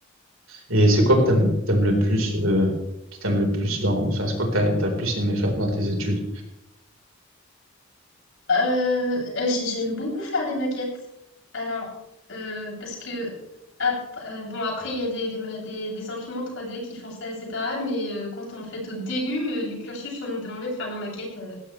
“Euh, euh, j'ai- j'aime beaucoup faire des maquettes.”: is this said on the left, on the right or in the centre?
Left